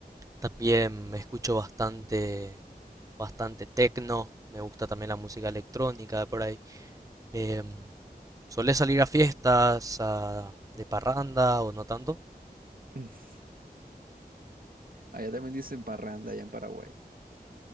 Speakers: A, on the right; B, on the right.
A: También me escucho bastante, bastante tecno. Me gusta también la música electrónica por ahí. Em, ¿solés salir a fiestas, a- de parranda o no tanto?
B: <laughs> Allá también dicen parranda allá en Paraguay.